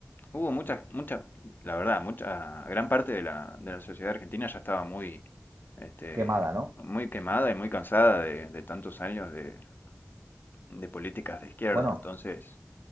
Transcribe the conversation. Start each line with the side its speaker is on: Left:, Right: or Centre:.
Left: hubo muchas, muchas, la verdad, mucha, gran parte de la, de la sociedad argentina ya estaba muy, este,
Right: Quemada, ¿no?
Left: muy quemada y muy cansada de, de tantos años de, de políticas de izquierda.
Right: Bueno.
Left: Entonces,